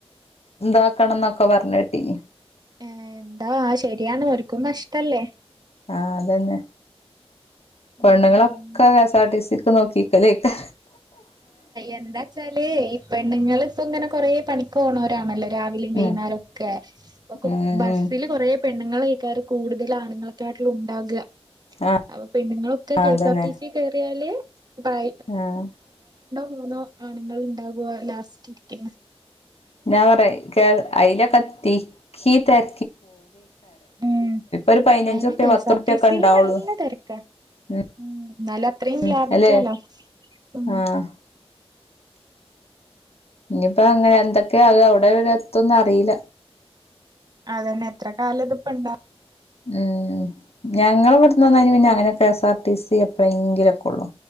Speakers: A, on the left (about 70°); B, on the right (about 40°).
A: എന്താക്കണംന്ന ക്കെ പറഞ്ഞ കേട്ടി
B: ഏ എന്താ ശരിയാണ് ഒരിക്കും നഷ്ടല്ലേ
A: ആഹ അതന്നെ പെണ്ണുുകളൊക്കെ
B: ഉം
A: എസ് ആർ ടി സി നോക്കിിക്കേക്ക
B: എന്താ വച്ചാല് ഇ പെണ്ണുങ്ങ ഇപ്പ ഇങ്ങനെ കൊറ പണിക്ക് ഓണംവരാണല്ലോ രാവിലും വൈകുന്നേരംൊക്കെ
A: ഉം ഉം
B: ബസില്
A: ഉം
B: കുറ പെണ്ണുങ്ങൾ കൾക്കാാര് കൂടുതൽ ആണുങ്ങൾക്കായിട്ടിൽ ഉണ്ടാകുക
A: ആഹ്
B: അ പെണ്ുങ്ങളൊക്കെ കെ
A: അതന്നെ
B: എസ് ആർ ടി സി കയറിയാല് ബൈ
A: ആഹ്
B: മൂന്നോ ആണുങ്ങൾ ഉണ്ടാാവവാ ലാസ്റ്റ് ഇരിക്കുന്നു
A: ഞാ പറ അയിലൊക്കത്തിീക്കി തര
B: ഉം
A: ഒരു പതിനഞ്ചുറുപ്യ
B: അയിന കെ
A: പത്തുറുപ്യൊക്കെ
B: എസ് ആർ ടിസിിയില്
A: ഉണ്ടാവുള്ളൂ
B: നല്ല തിരക്കാ
A: ഉം
B: ഉ എന്നാല അത്രയും
A: ഉം
B: ലാഭിക്കാലോ
A: അല്ലെ
B: ഉ
A: ആഹ് ഇനിയിപ്പോ അങ്ങനെ എന്തൊക്കെയ ആക അവിടെ ഒരു എത്തന്ന അറിയില്ല
B: അതന്നെ എത്ര കാലം ഇതിപ്പ ഇണ്ട
A: ഉം ഞങ്ങളവിടു ന്ന പിന്നെ അങ്ങനെ K S R T C എപ്പഴെങ്കിലും ഒക്കെ ഉള്ളു